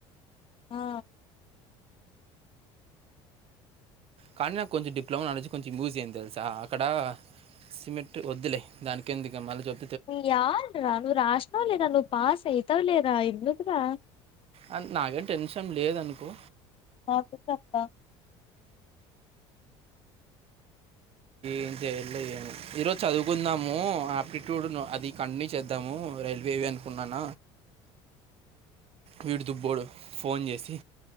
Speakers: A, on the left (about 40°); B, on the right (about 45°).
A: ఆ
B: కానీ నాకు కొంచెం డిప్లమా నాలజి కొంచెం యూజ్ అంది తెలుసా అక్కడ సిమెంట్ వద్దులే దానికి ఎందుకు మళ్ళీ చె
A: యాల్ రా నువ్ రాసినావ్ లేరా నువ్ పాస్ అయితావ్లేరా ఎందుకురా
B: అ నాగేం టెన్షన్ లేద అనుకో
A: త క్ చెప్తా
B: ఏం చేయళ్ళో ఏమొ ఈ రోజు చదువుకుందాము ఆప్టిట్యూడ్ ను అది కంటిన్యూ చేద్దాము రైల్వేవి అనుకున్నాన వీడు దుబ్బోడు ఫోన్ చేసి